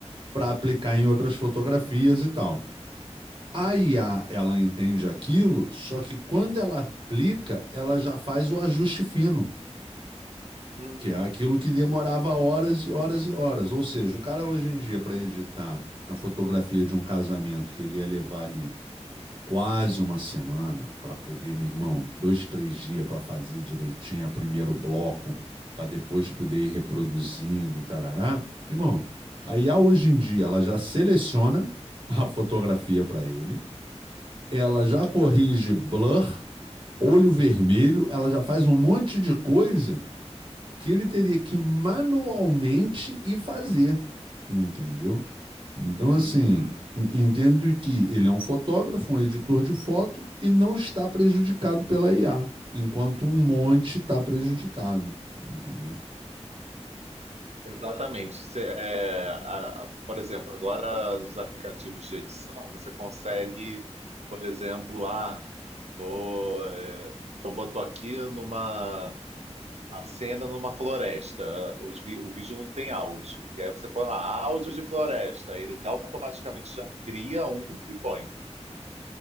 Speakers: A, on the right (about 45°); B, on the right (about 70°).
A: para aplicar em outras fotografias e tal. A IA, ela entende aquilo, só que quando ela aplica, ela já faz o ajuste fino.
B: Uhum.
A: Que é aquilo que demorava horas e horas e horas. Ou seja, o cara hoje em dia, para editar a fotografia de um casamento que ele ia levar ali quase uma semana para poder, meu irmão, dois, três dias para fazer direitinho a primeiro bloco, para depois poder ir reproduzindo e tarará. Irmão, a IA hoje em dia, ela já seleciona <laughs> a fotografia para ele, ela já corrige blur, olho vermelho, ela já faz um monte de coisa que ele teria que manualmente ir fazer, entendeu? Então, assim,
B: Uhum.
A: entendo que ele é um fotógrafo, um editor de foto e não está prejudicado pela IA, enquanto um monte está prejudicado, entendeu?
B: Exatamente. Você, é, a- por exemplo, agora nos aplicativos de edição, você consegue, por exemplo, ah, vou, é, tô, botou aqui numa a cena numa floresta. Os vi- o vídeo não tem áudio. E aí você põe lá áudio de floresta. Ele automaticamente já cria um e põe.